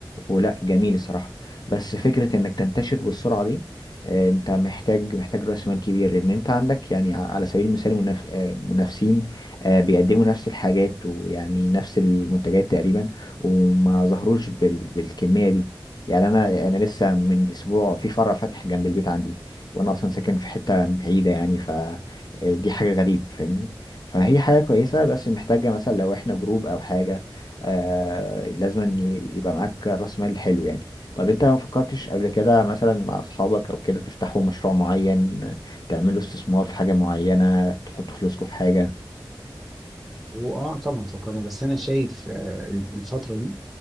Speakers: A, on the left; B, in the centre.
A: ولا جميل الصراحة بس فكرة انك تنتشر بالسرعة دي آه انت محتاج محتاج راس مال كبير لان انت عندك يعني ع- على سبيل المثال منف... آه، منافسين آه بيقدموا نفس الحاجات ويعني نفس المنتجات تقريبا وما ظهروش بال... بالكمية دي يعني انا انا لسه من اسبوع في فرع فاتح جنب البيت عندي وانا اصلا ساكن في حته بعيده يعني فدي حاجه غريبه فاهمني فهي حاجه كويسه بس محتاجه مثلا لو احنا جروب او حاجه آه لازم ي- يبقى معاك راس مال حلو يعني طب انت ما فكرتش قبل كده مثلا مع اصحابك او كده تفتحوا مشروع معين تعملوا استثمار في حاجه معينه تحطوا فلوسكم في حاجه
B: هو اه طبعا فكرنا بس انا شايف آه، الفتره دي